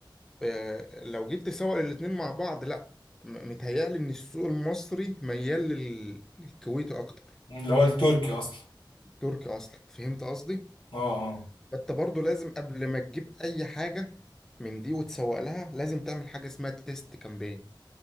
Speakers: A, in the centre; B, on the left.
A: آه، لو جيت تسوق الاتنين مع بعض لا م- متهيألي ان السوق المصري ميال لل- للكويتي اكتر
B: اللي هو التركي اصلا
A: تركي اصلا فهمت قصدي
B: اه اه
A: فانت برضو لازم قبل ما تجيب اي حاجة من دي وتسوق لها لازم تعمل حاجة اسمها تيست كامبين